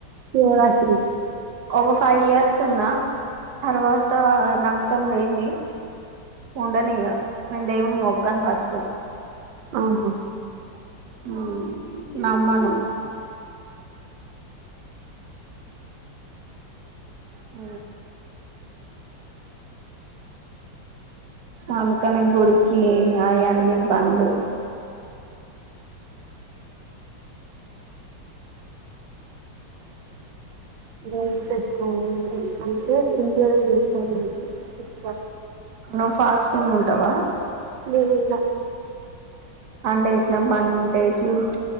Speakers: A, on the right (about 85°); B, on the right (about 60°).
A: శివరాత్రి
B: ఒక ఫైవ్ ఇయర్స్ ఉన్న తర్వాత నమ్మకం పోయింది ఉండనీ ఇగా నేను దేవుని మొక్కను ఫస్ట్
A: ఉహు
B: హమ్ నమ్మను ఊ అందుకనే గుడికి అయన్నీ బందు
A: ఈరోజు ఎండ ఎక్కువ ఉంది అందుకే ఇంట్లోనే చేస్తుంది ఉప్ప
B: నువు ఫాస్టింగ్ ఉంటావా
A: నేను ఉండా
B: అంటే ఇట్లమ్మంటే చ్యూస్